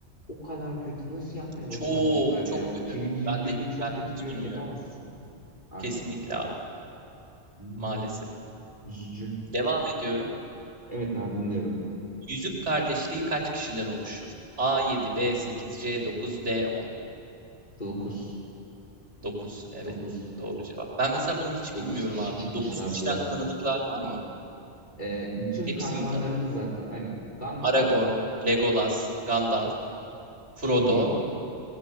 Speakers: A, on the left; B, on the right.
A: O kadar kötü nasıl yapmayı başarmışlar
B: Çok çok
A: ya? 2021'de
B: kötü. Ben de
A: çok
B: ben de
A: kötü
B: hiç
A: bir oyun
B: bilmiyorum.
A: yapamazsın artık.
B: Kesinlikle abi,
A: Hmm,
B: maalesef.
A: üzücü.
B: Devam ediyorum.
A: Evet abi dinliyorum.
B: Yüzük kardeşliği kaç kişiden oluşur? A7, B8, C9, D10.
A: Dokuz
B: Dokuz evet.
A: dokuz
B: Doğru cevap. Ben mesela bunu hiç
A: dokuz
B: bilmiyorum
A: kişi
B: abi.
A: çıkmışlar
B: Bu 9 kişiden
A: diyorlar.
B: tanıdıklar var mı?
A: Ee, bütün
B: Hepsi
A: kahramanlarımız
B: mi tanıdık?
A: zaten aynen. Gandalf,
B: Aragorn, Legolas, Gandalf, Frodo,
A: Gimli,